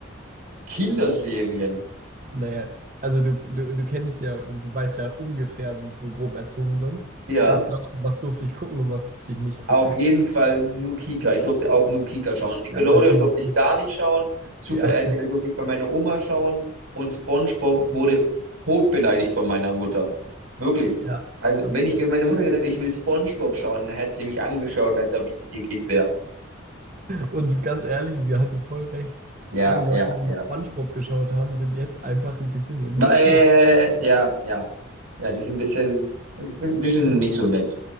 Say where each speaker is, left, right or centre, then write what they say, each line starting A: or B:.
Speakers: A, on the right; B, on the right.
A: Kinderserien?
B: Naja, also du, du, du kennst ja, du weißt ja ungefähr, wie ich so grob erzogen bin.
A: Ja.
B: Was glaubst du, was durfte ich gucken und was durfte ich nicht
A: Auf
B: gucken?
A: jeden Fall nur Kika. Ich durfte auch nur Kika schauen. Nickelodeon
B: Ja, natürlich.
A: durfte ich gar nicht schauen. Super
B: Ja,
A: RTL durfte ich bei meiner Oma schauen. Und SpongeBob wurde totbeleidigt von meiner Mutter. Wirklich.
B: <laughs> ja,
A: Also,
B: das.
A: wenn ich meiner Mutter gesagt hätte, ich will SpongeBob schauen, dann hätte sie mich angeschaut, als ob ich nicht ihr Kind wäre.
B: Und ganz ehrlich, sie hatte voll recht.
A: Ja,
B: Alle Leute,
A: ja,
B: die
A: ja.
B: SpongeBob geschaut haben, sind jetzt einfach ein bisschen neben
A: Weil,
B: der Spur.
A: ja, ja. Ja, die sind ein bisschen, die sind nicht so nett.